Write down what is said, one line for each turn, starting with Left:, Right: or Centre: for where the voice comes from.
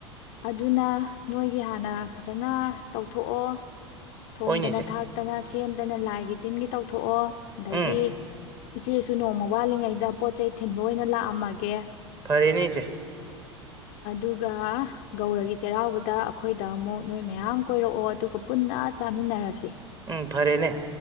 Left: ꯑꯗꯨꯅ ꯅꯣꯏꯒꯤ ꯍꯥꯟꯅ ꯐꯖꯅ ꯇꯧꯊꯣꯛꯑꯣ ꯊꯣꯡꯗꯅ
Right: ꯍꯣꯏꯅꯦ ꯏꯆꯦ
Left: ꯊꯥꯛꯇꯅ ꯁꯦꯝꯗꯅ ꯂꯥꯏꯒꯤ ꯇꯤꯟꯒꯤ ꯇꯧꯊꯣꯛꯑꯣ ꯑꯗꯒꯤ
Right: ꯎꯝ
Left: ꯏꯆꯦꯁꯨ ꯅꯣꯡꯃ ꯋꯥꯠꯂꯤꯉꯩꯗ ꯄꯣꯠ ꯆꯩ ꯊꯤꯟꯕ ꯑꯣꯏꯅ ꯂꯥꯛꯑꯝꯃꯒꯦ
Right: ꯐꯔꯅꯤ ꯆ
Left: ꯑꯗꯨꯒ ꯒꯧꯔꯒꯤ ꯆꯩꯔꯥꯎꯕꯗ ꯑꯩꯈꯣꯏꯗ ꯑꯃꯨꯛ ꯅꯣꯏ ꯃꯌꯥꯝ ꯀꯣꯏꯔꯛꯑꯣ ꯑꯗꯨꯒ ꯄꯨꯟꯅ ꯆꯥꯃꯤꯟꯅꯔꯁꯤ
Right: ꯎꯪ ꯐꯔꯦꯅꯦ